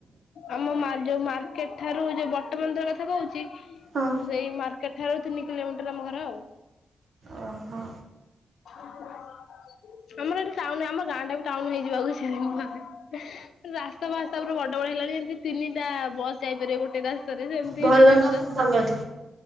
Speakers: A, on the left; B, on the right.
A: ଆମ ମା ଯୋଉ ମାର୍କେଟ୍ ଠାରୁ ଯୋଉ ବର୍ତ୍ତମାନଦର <inaudible> କଥା କହୁଛି
B: ହଁ।
A: ସେଇ ମାର୍କେଟ୍ ଠାରୁ ତିନି କିଲୋମିଟର ଆମ ଘର ଆଉ।
B: ଓହୋ
A: <unintelligible> ଆମର ଏଠି ଟାଉନ୍ ଆମର ଗାଁ ଟା ବି ଟାଉନ୍ ହେଇଯିବ ଆଉ କିଛି ଦିନ ପରେ ରାସ୍ତା ଫାସ୍ତା ପୁରା ବ ଆମର ହେଲାଣି ଯେ ତିନିଟା ବସ୍ ଯାଇପାରିବ ଗୋଟେ ରାସ୍ତାରେ ସେମିତି
B: ଭଲ
A: ହେଲାଣି
B: ନା
A: ଆମ ରାସ୍ତା।
B: ଭଲ ଅଛି